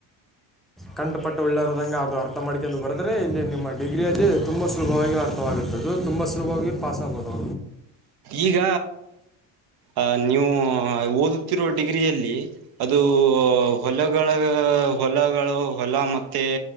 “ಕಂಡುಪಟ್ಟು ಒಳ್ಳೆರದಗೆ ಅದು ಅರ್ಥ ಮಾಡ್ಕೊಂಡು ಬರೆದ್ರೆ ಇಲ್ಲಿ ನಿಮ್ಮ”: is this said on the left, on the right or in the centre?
Centre